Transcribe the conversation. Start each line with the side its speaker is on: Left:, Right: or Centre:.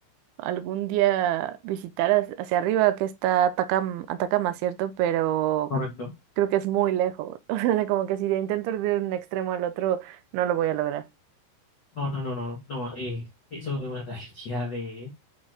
Right: algún día visitar hacia hacia arriba que está Atacama, Atacama, ¿cierto? Pero
Left: Correcto.
Right: creo que es muy lejos. <laughs> O sea, como que si intento ir de un extremo al otro, no lo voy a lograr.
Left: No, no, no, no, no, no, eh, eso es una tragedia de,